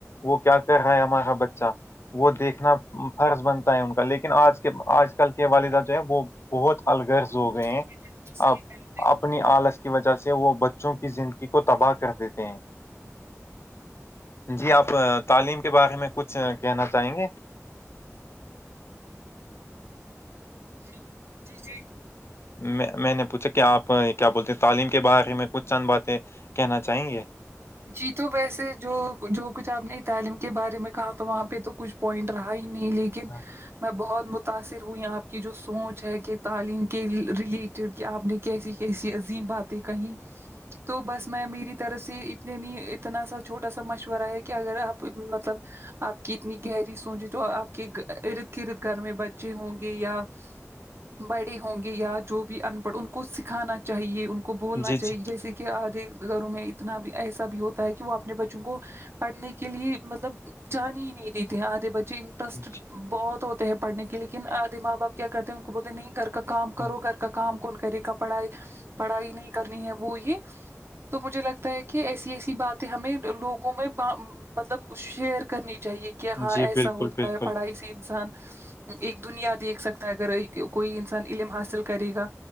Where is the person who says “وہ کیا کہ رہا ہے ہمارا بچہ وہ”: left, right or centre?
Left